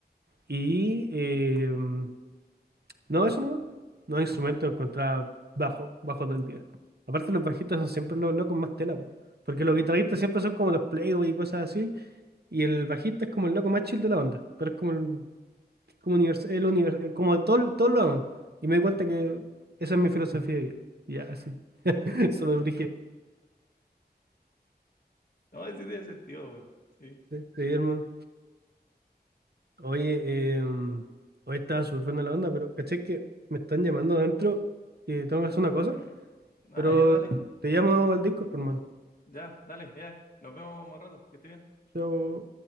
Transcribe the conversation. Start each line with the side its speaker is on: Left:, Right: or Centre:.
Right: Y eh, mm, no, eso no. No instrumento encontraba bajo, bajo todo el día. Aparte los bajistas son siempre los locos más tela, po. Porque los guitarristas siempre son como los playboy y cosas así. Y el bajista es como el loco más chill de la banda. Pero es como el, como universal, el univers- eh, como todo, todos lo aman. Y me di cuenta que esa es mi filosofía de vida. Ya, así. <laughs> Súper brígido.
Left: No, sí tiene sentido, weón, Sí.
Right: Sí, sí, hermano. Oye, eh, hoy estaba súper buena la onda, pero caché que me están llamando adentro y tengo que hacer una cosa.
Left: Ah,
Right: Pero
Left: ya, dale.
Right: te llamo al Discord, pues, hermano.
Left: Ya, dale, ya. Nos vemos más rato. Que estés bien.
Right: Chao.